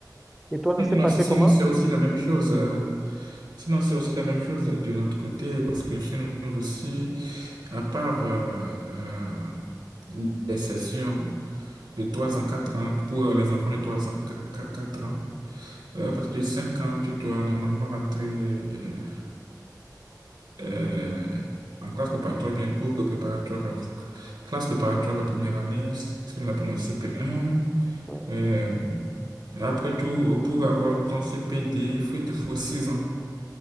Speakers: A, in the centre; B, on the right.
A: Et toi, ça s'est
B: Non,
A: passé
B: c'est sinon,
A: comment?
B: c'est aussi la même chose. euh, Sinon, c'est aussi la même chose de notre côté parce que chez nous aussi, à part euh, euh, les sessions de 3 ans, 4 ans pour les enfants de 3 ans, 4 ans. Euh, À partir de 5 ans, tu dois normalement rentrer euh, euh, en classe préparatoire, bien cours préparatoire, à- classe préparatoire à première année, ce que nous appelons CP1.
A: Oui,
B: Euh, et après tout, pour avoir ton CPD, il faut- il te faut 6 ans.